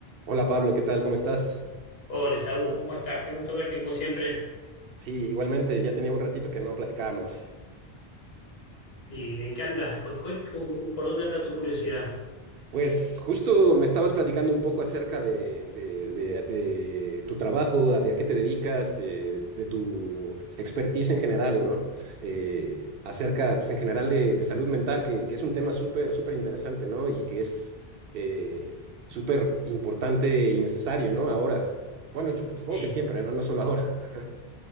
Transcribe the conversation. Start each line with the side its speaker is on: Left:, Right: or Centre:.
Right: Hola Pablo, ¿qué tal? ¿Cómo estás?
Left: Hola, Saúl, ¿cómo estás? Qué gusto verte como siempre.
Right: Sí, igualmente, ya tenía un ratito que no platicábamos.
Left: ¿Y en qué andas? ¿Cu- cu- cu- ¿Por dónde anda tu curiosidad?
Right: Pues justo me estabas platicando un poco acerca de, de- de- de tu trabajo, a- de a qué te dedicas, de, de tu expertise en general, ¿no? Eh, acerca, pues en general, de, de salud mental, que, que es un tema súper, súper interesante, ¿no? Y que es eh, súper importante y necesario, ¿no? Ahora. Bueno, yo supongo
Left: Sí.
Right: que siempre, ¿no? No solo ahora. <laughs>